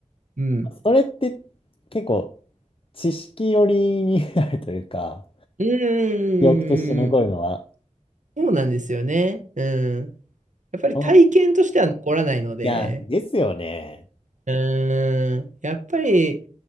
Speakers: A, on the right; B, on the left.
A: うん。
B: それって結構、知識寄りになるというか、
A: うーん。
B: 記憶として残るのは。
A: そうなんですよね。うん。やっぱり体験としては残らないので、
B: おいや、ですよね。
A: うーん。やっぱり